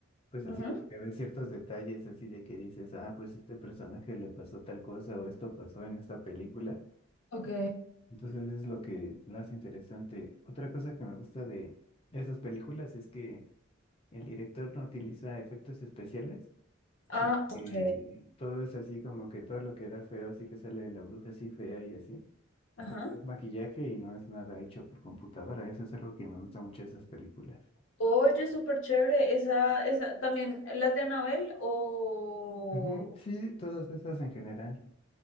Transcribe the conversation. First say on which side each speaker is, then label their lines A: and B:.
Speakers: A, on the left; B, on the left.
A: Pues
B: Ujú,
A: así como que ves ciertos detalles así de que dices, ah, pues este personaje le pasó tal cosa o esto pasó en esta película.
B: Ok.
A: Entonces es lo que lo hace interesante. Otra cosa que me gusta de esas películas es que el director no utiliza efectos especiales,
B: Ah,
A: sino
B: ok.
A: que todo es así como que todo lo que da feo, así que sale de la bruja así fea y así,
B: Ajá.
A: pues es maquillaje y no es nada hecho por computadora. Eso es algo que me gusta mucho de esas películas.
B: Oye, súper chévere. Esa, esa, también las de Anabel o
A: Ujú, Sí, todas esas en general,